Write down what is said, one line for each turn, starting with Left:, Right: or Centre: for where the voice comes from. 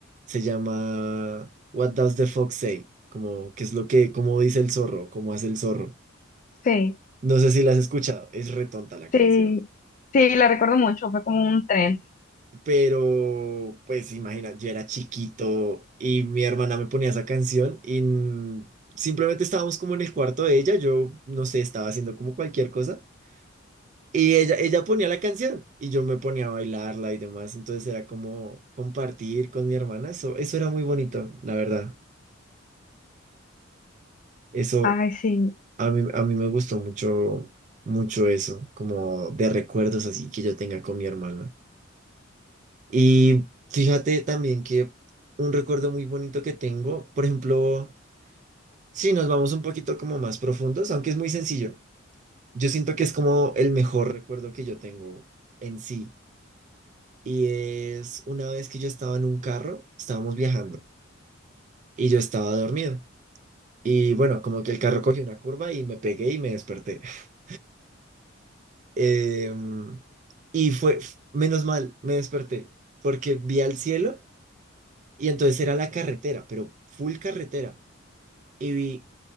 Right: Se llama What Does the Fox Say? Como, ¿qué es lo que, cómo dice el zorro? ¿Cómo hace el zorro?
Left: Sí,
Right: No sé si la has escuchado, es retonta la canción.
Left: sí, sí, la recuerdo mucho, fue como un tren.
Right: Pero, pues imagina, yo era chiquito y mi hermana me ponía esa canción y n- simplemente estábamos como en el cuarto de ella, yo no sé, estaba haciendo como cualquier cosa y ella, ella ponía la canción y yo me ponía a bailarla y demás, entonces era como compartir con mi hermana, eso, eso era muy bonito, la verdad. Eso
Left: Ay, sí.
Right: a mí, a mí me gustó mucho, mucho eso, como de recuerdos así que yo tenga con mi hermana. Y fíjate también que un recuerdo muy bonito que tengo, por ejemplo, si nos vamos un poquito como más profundos, aunque es muy sencillo, yo siento que es como el mejor recuerdo que yo tengo en sí. Y es una vez que yo estaba en un carro, estábamos viajando y yo estaba dormido. Y bueno, como que el carro cogió una curva y me pegué y me desperté. <laughs> Em, y fue, f- menos mal, me desperté porque vi al cielo y entonces era la carretera, pero full carretera. y vi